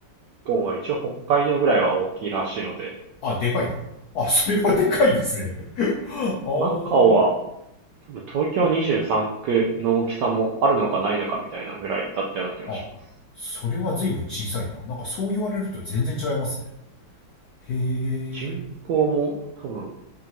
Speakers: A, on the right; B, on the left.
A: 港は一応北海道ぐらいは大きいらしいので、
B: あ、でかいな。あ、それはでかいですね。<laughs> あー。
A: マカオは多分東京23区の大きさもあるのかないのかみたいなぐらいだったような気がします。
B: あ、それは随分小さいな。なんかそう言われると全然違いますね。へえ。
A: 人口も多分、